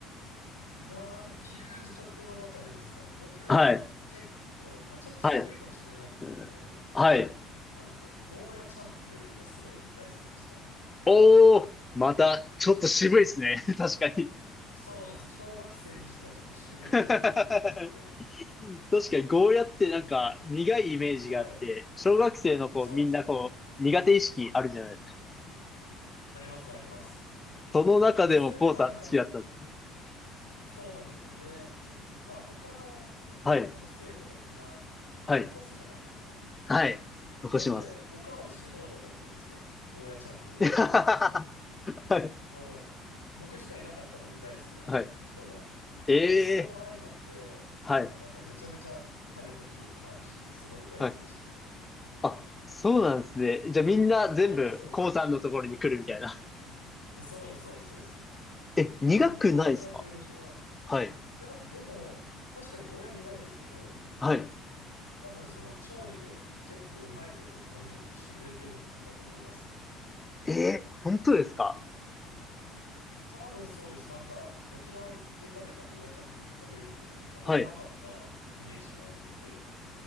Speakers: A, on the left (about 85°); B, on the left (about 15°).
A: ああ、給食の中でですか。僕、
B: はい、
A: 結構、まあ、ちょっと渋いかもしれないんですけど、
B: はい、うんはい。
A: あの、ゴーヤチャンプルーがすごい大好きでした。
B: おー、また、ちょっと渋いですね。<laughs> 確かに。
A: そうなんです。小学生にしてはちょっと渋いチョイスかなと思うんですけど。
B: <laughs> 確かに、ゴーヤってなんか、苦いイメージがあって、
A: はい。
B: 小学生の子、
A: そうです、
B: みんなこう、
A: そうです。
B: 苦手意識あるじゃないですか。
A: あります、あります。
B: その中でもこうさん好きだったんですね。
A: まあ、それも相まっ、そうなんですよ。で、まあ、他の、
B: はい、
A: この生徒がみんな残すじゃないですか。
B: はい、はい。残します。
A: なんで、おかわりし放題だったんですよ。ゴーヤチャンプルーの日は。
B: <laughs> はい。
A: もう、僕しかいなかったので大好きな人が。
B: は
A: だか
B: い。ええ
A: らそれも相まって、
B: はい。
A: もうなんかめちゃめちゃ食べた記憶もあるし、すごい大好きでしたね。
B: はい。あ、そうなんですね。じゃあみんな全部、
A: そうです、そうです。
B: コウさんのところに来るみたいな。
A: そうです、そうです、そうです。
B: え、苦くないですか
A: でもゴーヤチャンプルーの日は、
B: はい。
A: いや、でも、確かにゴーヤ苦いですけど、
B: はい。
A: 多分その調理で結構うまいこと苦味を消してくれてるんだと思います。
B: ええ本当ですか
A: 多分そうです。なんか、沖縄行って食べたゴーヤチャンプルーとかよりも、なんか甘かったイメージがあるので、
B: はい。